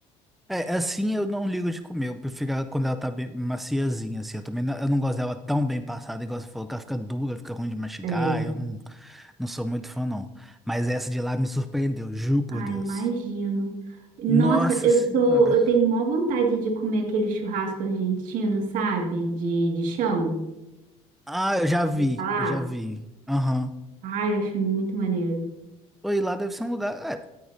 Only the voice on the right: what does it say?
É.
Ai,
imagino. Nossa,
eu
sou, eu tenho maior vontade de comer aquele churrasco argentino, sabe? De, de chão.
Falar.
Ai, acho muito maneiro.